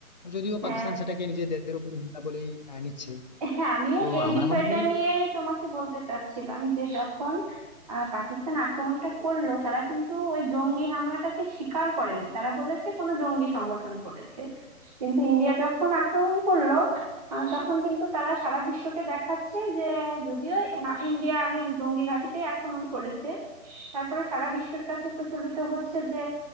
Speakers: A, on the left; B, on the right.
A: যদিও
B: হ্যাঁ
A: পাকিস্তান সেটাকে নিজের দেশের উপর হামলা বলেই আহ, নিচ্ছে
B: হ্যাঁ আমিও
A: তো
B: এই
A: আমার
B: বিষয়টা
A: মনে হয়
B: নিয়েই তোমাকে বলতে চাচ্ছিলাম যে যখন আহ, পাকিস্তান আক্রমণটা করলো তারা কিন্তু ওই জঙ্গি হামলাটাকে স্বীকার করেনি তারা বলেছে কোনো জঙ্গি সংগঠন করেছে কিন্তু ইন্ডিয়া যখন আক্রমণ করলো আহ, তখন কিন্তু তারা সারা বিশ্বকে দেখাচ্ছে যে যদিও মা- ইন্ডিয়া আগে জঙ্গি ঘাঁটিতেই আক্রমণ করেছে তারপরে সারা বিশ্বের কাছে প্রচলিত হচ্ছে যে